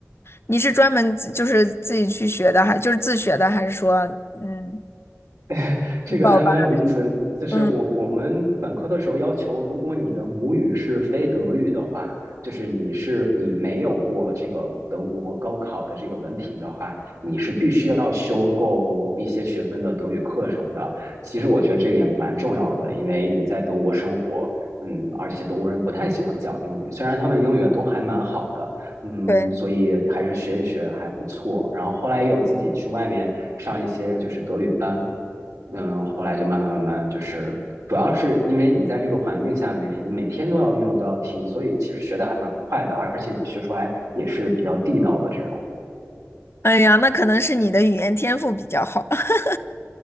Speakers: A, on the left; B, on the right.
A: 你是专门自就是自己去学的，还就是自学的，还是说嗯
B: <laughs> 这个还蛮有意思的就是我我们本科的时候要求，
A: 去报班？嗯，
B: 如果你的母语是非德语的话，就是你是你没有过这个德国高考的这个文凭的话，你是必须要修够一些学分的德语课程的。其实我觉得这个也蛮重要的，因为你在德国生活，嗯，而且德国人不太喜欢讲英语，虽然他们英语都还蛮好的，嗯，
A: 对。
B: 所以还是学一学还不错。然后后来也有自己去外面上一些就是德语班。嗯，后来就慢慢慢慢就是，主要是因为你在这个环境下面，你每天都要用，都要听，所以其实学的还蛮快的，而且你学出来也是比较地道的这种。
A: 哎呀，那可能是你的语言天赋比较好。<laughs>